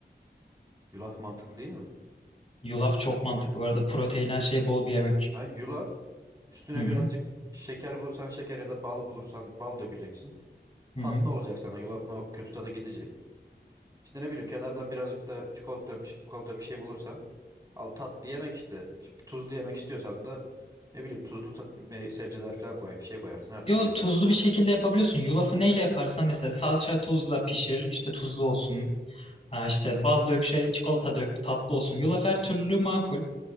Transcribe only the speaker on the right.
Yulaf mantıklı değil mi?
Ha, yulaf. Üstüne
birazcık şeker bulursan şeker ya da bal bulursan bal dökeceksin.
Tatlı
olacak sana. Yulafın o kötü tadı gidecek. İşte ne bileyim kenardan birazcık da çikolata, çikolata bir şey bulursan al tatlı yemek işte. Bir- bir Tuzlu yemek istiyorsan da ne bileyim tuzlu ta- mey- sebzeler falan koy bir şey koyarsın her türlü.
yer.